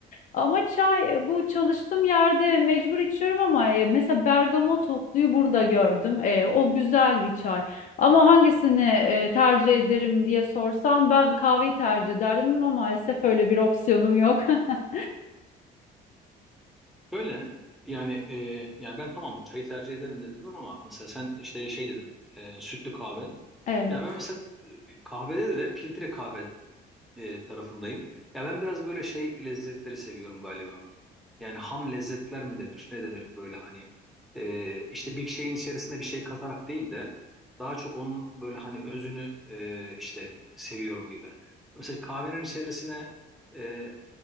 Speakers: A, on the left; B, in the centre.
A: Ama çay e, bu çalıştığım yerde mecbur içiyorum ama e, mesela bergamot otluyu burada gördüm. E, o güzel bir çay. Ama hangisini e, tercih ederim diye sorsan ben kahveyi tercih ederdim ama maalesef öyle bir opsiyonum yok. <laughs>
B: Böyle yani e, ya ben tamam çayı tercih ederim dedim ama mesela sen işte şey dedin e, sütlü kahve.
A: Evet.
B: Ya ben mesela e, kahvede de filtre kahve e, tarafındayım. Ya ben biraz böyle şey lezzetleri seviyorum galiba. Yani ham lezzetler mi denir? Ne denir böyle hani e, işte bir şeyin içerisinde bir şey katarak değil de daha çok onun böyle hani özünü e, işte seviyorum gibi. Mesela kahvenin içerisine e,